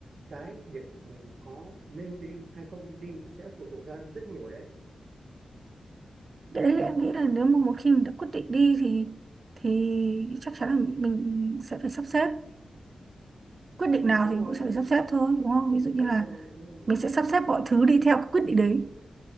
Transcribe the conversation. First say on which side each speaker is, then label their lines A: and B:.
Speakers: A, on the right (about 70°); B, on the right (about 55°).
A: cái việc mình có nên đi hay không nên đi nó sẽ phụ thuộc ra rất nhiều ở đấy.
B: cái đấy em nghĩ là nếu mà một khi mình đã quyết định đi thì thì chắc chắn là mình sẽ phải sắp xếp quyết định
A: Ừ,
B: nào
A: đúng
B: thì mình
A: rồi,
B: cũng sẽ
A: thì-
B: phải sắp xếp thôi đúng không ví dụ như
A: đúng
B: là
A: rồi, đúng rồi.
B: mình sẽ sắp xếp mọi thứ đi theo cái quyết định đấy